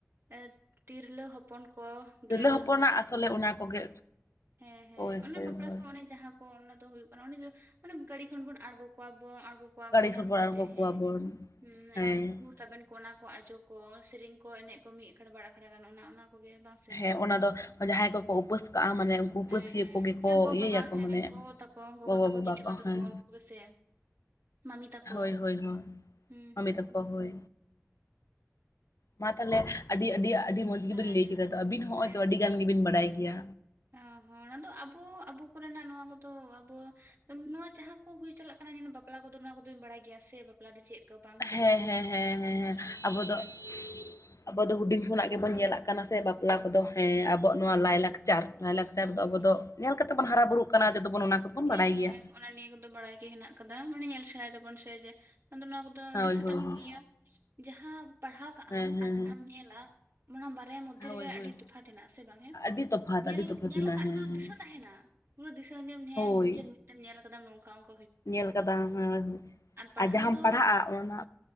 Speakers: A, on the right; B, on the left.
A: ᱮ ᱛᱤᱨᱞᱟᱹ ᱦᱚᱯᱚᱱ ᱠᱚ᱾
B: ᱛᱤᱨᱞᱟᱹ
A: ᱜᱮᱞ
B: ᱦᱚᱯᱚᱱᱟᱜ
A: ᱞᱟᱦᱟᱜᱼᱟ
B: ᱟᱥᱚᱞᱮ ᱚᱱᱟ ᱠᱚᱜᱮ
A: ᱦᱮᱸ ᱦᱮᱸ
B: ᱦᱳᱭ
A: ᱚᱱᱮ
B: ᱦᱳᱭ
A: ᱵᱟᱯᱞᱟ
B: ᱦᱳᱭ
A: ᱥᱚᱢᱚᱭ ᱚᱱᱮ ᱡᱟᱦᱟᱸ ᱚᱱᱟ ᱫᱚ ᱦᱩᱭᱩᱜ ᱠᱟᱱᱟ ᱚᱱᱮ ᱡᱮ, ᱢᱟᱱᱮ ᱜᱟᱹᱰᱤ ᱠᱷᱚᱱ ᱵᱚᱱ ᱟᱬᱜᱚ ᱠᱚᱣᱟᱵᱚᱱ ᱟᱬᱜᱚ ᱠᱚᱣᱟ
B: ᱜᱟᱹᱲᱤ
A: ᱠᱚ
B: ᱥᱚᱨᱵᱚᱨᱟᱦᱚ
A: ᱦᱮᱢ ᱠᱟᱛᱮᱜ
B: ᱠᱟᱠᱚᱣᱟ
A: ᱦᱮᱸ
B: ᱵᱚᱱ
A: ᱩᱢ
B: ᱦᱮᱸ
A: ᱜᱩᱲ ᱛᱟᱵᱮᱱ ᱠᱚᱱᱟ ᱠᱚ ᱟᱡᱚ ᱠᱚ ᱥᱮᱨᱮᱧ ᱠᱚ ᱮᱱᱮᱡ ᱠᱚ ᱢᱤᱫ ᱟᱠᱷᱟᱲ ᱵᱟᱲ ᱟᱠᱷᱲᱟ ᱜᱟᱱ ᱚᱱᱟ ᱚᱱᱟ ᱠᱚᱜᱮ ᱵᱟ
B: ᱦᱮᱸ ᱚᱱᱟ ᱫᱚ ᱡᱟᱦᱟᱸᱭ ᱠᱚᱠᱚ ᱩᱯᱟᱹᱥ ᱠᱟᱜᱼᱟ ᱢᱟᱱᱮ ᱩᱱᱠᱩ ᱩᱯᱟᱹᱥᱭᱟᱹ
A: ᱦᱮᱸ ᱦᱮᱸ
B: ᱠᱚᱜᱮ ᱠᱚ
A: ᱦᱮᱸ ᱜᱚ
B: ᱤᱭᱟᱹᱭᱟᱠᱚ
A: ᱵᱟᱵᱟ ᱦᱮᱸ
B: ᱢᱟᱱᱮ
A: ᱜᱚᱜᱚ ᱛᱟᱠᱚ
B: ᱜᱚᱜᱚ
A: ᱛᱟᱠᱚ
B: ᱵᱟᱵᱟ
A: ᱡᱮᱴᱷᱤᱢᱟ
B: ᱠᱚ
A: ᱛᱟᱠᱚ
B: ᱦᱮᱸ
A: ᱩᱱᱠᱩ ᱜᱮᱥᱮ ᱢᱟᱢᱤ ᱛᱟᱠᱚ
B: ᱦᱳᱭ ᱦᱳᱭ ᱦᱳᱭ
A: ᱦᱩᱸ
B: ᱢᱟᱢᱤ
A: ᱦᱩᱸ
B: ᱛᱟᱠᱚ
A: ᱦᱩᱸ
B: ᱦᱳᱭ
A: ᱦᱩᱸ
B: ᱢᱟ ᱛᱟᱦᱞᱮ ᱟᱹᱰᱤ ᱟᱹᱰᱤ ᱟᱹᱰᱤ ᱢᱚᱸᱡᱽ ᱜᱮᱵᱤᱱ
A: ᱟᱪᱪᱷᱟ
B: ᱞᱟᱹᱭ ᱠᱮᱫᱟ ᱟᱵᱤᱱ ᱦᱚᱸ ᱱᱚᱜᱚᱭ
A: ᱦᱮᱸ
B: ᱛᱚ ᱟᱹᱰᱤ ᱜᱟᱱ ᱜᱮᱵᱤᱱ ᱵᱟᱰᱟᱭ ᱜᱮᱭᱟ
A: ᱚ ᱦᱚᱸ ᱚᱱᱟ ᱫᱚ ᱟᱵᱚ ᱟᱵᱚ ᱠᱚᱨᱮᱱᱟᱜ ᱱᱚᱣᱟ ᱠᱚᱫᱚ ᱟᱵᱚ ᱱᱚᱣᱟ ᱡᱟᱦᱟᱸ ᱠᱚ ᱦᱩᱭ ᱪᱟᱞᱟᱜ ᱠᱟᱱᱟ ᱡᱮ ᱵᱟᱯᱞᱟ ᱠᱚᱫᱚ ᱱᱚᱣᱟ ᱠᱚᱫᱚᱧ ᱵᱟᱲᱟᱭ ᱜᱮᱭᱟ ᱥᱮ ᱵᱟᱯᱞᱟ ᱫᱚ ᱪᱮᱫ ᱠᱚ ᱵᱟᱝ ᱪᱮᱫ
B: ᱦᱮᱸ
A: ᱪᱮᱠᱟ ᱦᱩᱭᱩᱜ
B: ᱦᱮᱸ ᱦᱮᱸ ᱦᱮᱸ
A: ᱪᱮᱠᱟ
B: ᱦᱮᱸ
A: ᱚᱱᱟ ᱠᱚᱛ
B: ᱟᱵᱚ
A: ᱮᱵᱤᱱ
B: ᱫᱚ
A: ᱵᱟᱰ ᱼᱼ
B: ᱟᱵᱚ ᱫᱚ ᱦᱩᱰᱤᱧ ᱠᱷᱚᱱᱟᱜ ᱜᱮᱵᱚᱱ ᱧᱮᱞᱟᱜ
A: ᱦᱮᱸ
B: ᱠᱟᱱᱟ ᱥᱮ ᱵᱟᱯᱞᱟ ᱠᱚᱫᱚ ᱦᱮᱸ ᱟᱵᱚᱣᱟᱜ ᱱᱚᱣᱟ ᱞᱟᱭᱼᱞᱟᱠᱪᱟᱨ ᱞᱟᱭᱼᱞᱟᱠᱪᱟᱨ
A: ᱦᱮᱸ
B: ᱫᱚ ᱟᱵᱚ ᱫᱚ ᱧᱮᱞ ᱠᱟᱛᱮ ᱵᱚᱱ ᱦᱟᱨᱟ ᱵᱩᱨᱩᱜ ᱠᱟᱱᱟ ᱡᱚᱫᱚ ᱵᱚᱱ ᱚᱱᱟ ᱠᱚᱫᱚᱵᱚᱱ
A: ᱦᱮᱸ
B: ᱵᱟᱲᱟᱭ ᱜᱮᱭᱟ
A: ᱦᱮᱸ ᱚᱱᱟ ᱱᱤᱭᱟᱹ ᱠᱚᱫᱚ ᱵᱟᱲᱟᱭ ᱜᱮ ᱦᱮᱱᱟᱜ ᱠᱟᱫᱟ ᱢᱟᱱᱮ ᱧᱮᱞ ᱥᱮᱬᱟᱭ ᱫᱟᱵᱚᱱ ᱥᱮ ᱡᱮ ᱟᱫᱚ ᱱᱚᱣᱟ ᱠᱚ ᱫᱚ
B: ᱦᱳᱭ
A: ᱫᱤᱥᱟᱹ
B: ᱦᱳᱭ
A: ᱛᱟᱦᱮᱱ
B: ᱦᱳᱭ
A: ᱜᱤᱭᱟ ᱡᱟᱦᱟᱸ ᱯᱟᱲᱦᱟᱣ ᱠᱟᱜ
B: ᱦᱮᱸ
A: ᱟᱢ
B: ᱦᱮᱸ
A: ᱟᱨ ᱡᱟᱦᱟᱸᱢ ᱧᱮᱞᱟ ᱚᱱᱟ ᱵᱟᱨᱭᱟ ᱢᱚᱫᱽᱫᱷᱮ
B: ᱦᱮᱸ ᱦᱳᱭ
A: ᱨᱮᱜᱮ
B: ᱦᱳᱭ
A: ᱟᱹᱰᱤ ᱛᱚᱯᱷᱟᱛ ᱦᱮᱱᱟᱜᱼᱟ ᱥᱮ ᱵᱟᱝ ᱦᱮᱸ?
B: ᱟᱹᱰᱤ ᱛᱚᱯᱷᱟᱛ
A: ᱧᱮᱞ
B: ᱟᱹᱰᱤ ᱛᱚᱯᱷᱟᱛ
A: ᱧᱮᱞ
B: ᱢᱮᱱᱟᱜᱼᱟ
A: ᱠᱟᱫ
B: ᱦᱮᱸ
A: ᱨᱮᱫᱚ
B: ᱦᱮᱸ
A: ᱫᱤᱥᱟᱹ ᱛᱟᱦᱮᱱᱟ ᱯᱩᱨᱟᱹ ᱫᱤᱥᱟᱹ ᱧᱟᱢ ᱦᱮᱸ
B: ᱦᱳᱭ
A: ᱱᱤᱡᱮᱨ ᱢᱮᱫᱛᱮᱢ ᱧᱮᱞ ᱟᱠᱟᱫᱟᱢ ᱱᱚᱝᱠᱟ ᱚᱝ
B: ᱧᱮᱞ ᱠᱟᱫᱟᱢ ᱦᱮᱸ ᱟ
A: ᱯᱟᱲᱦᱟᱣ
B: ᱡᱟᱦᱟᱸᱟᱢ
A: ᱫᱚ
B: ᱯᱟᱲᱦᱟᱜᱼᱟ ᱚᱱᱟ,